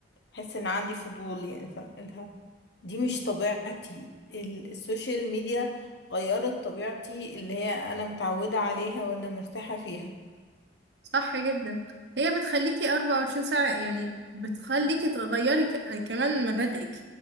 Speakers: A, on the left; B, on the right.
A: حس ان عندي فضول يعني فقلها دي مش طبيعتي ال- السوشيال ميديا غيرت طبيعتي اللي هي انا متعودة عليها وانا مرتاحة فيها
B: صح جدا هي بتخليكي 24 ساعة يعني بتخليكي تغيري ك- كمان مبادئك